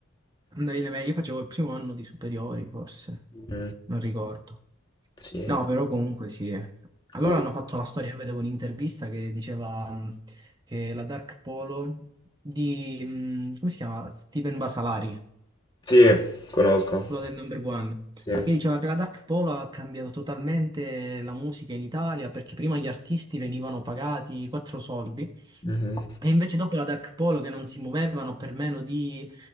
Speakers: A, on the right; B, on the left.
A: Andavi alle medie, io facevo il primo anno di superiori forse,
B: Mm,
A: non ricordo.
B: sì.
A: No, però comunque sì. eh. Allora
B: Cool.
A: hanno fatto la storia, io vedevo un'intervista che diceva mh, che la Dark Polo di, mh, come si chiama? Steven Basalari
B: Sì, conosco.
A: quello del number one,
B: Sì.
A: che diceva che la Dark Polo ha cambiato totalmente la musica in Italia perché prima gli artisti venivano pagati quattro soldi
B: Mhm.
A: e invece dopo la Dark Polo che non si muovevano per meno di